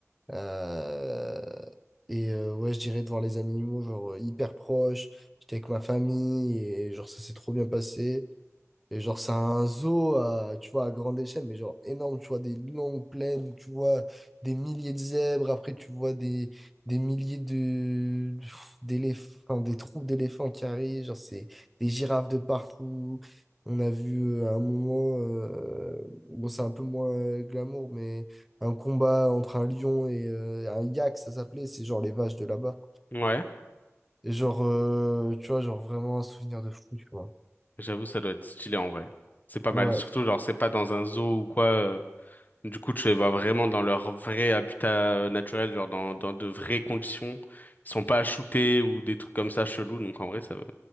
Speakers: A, in the centre; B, on the left.
A: Euh, et euh, ouais, je dirais de voir les animaux genre euh, hyper proches. J'étais avec ma famille et genre ça s'est trop bien passé. Et genre, c'est un zoo, à, tu vois, à grande échelle, mais genre énorme, tu vois, des longues plaines, tu vois des milliers de zèbres, après tu vois des, des milliers de, d'éléphants, enfin, des troupes d'éléphants qui arrivent, genre c'est des girafes de partout. On a vu euh, à un moment, euh, bon, c'est un peu moins euh, glamour, mais un combat entre un lion et euh, un yak, ça s'appelait, c'est genre les vaches de là-bas.
B: Ouais,
A: Et genre, euh, tu vois, genre vraiment un souvenir de fou, tu vois.
B: j'avoue, ça doit être stylé en vrai. C'est pas
A: Ouais.
B: mal. Surtout, genre, c'est pas dans un zoo ou quoi. euh, Du coup, tu les vois vraiment dans leur vrai habitat euh, naturel, genre dans, dans de vraies conditions. Ils sont pas shootés ou des trucs comme ça chelous. Donc, en vrai, ça, va.